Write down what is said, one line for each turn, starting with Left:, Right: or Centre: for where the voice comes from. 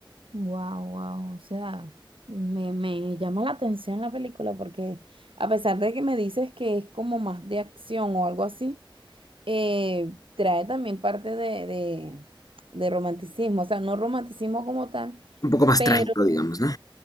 Right: wow, wow. O sea, me, me llama la atención la película porque a pesar de que me dices que es como más de acción o algo así, eh, trae también parte de, de, de romanticismo. O sea, no romanticismo como tal,
Left: Un poco más
Right: pero
Left: trágico, digamos, ¿no?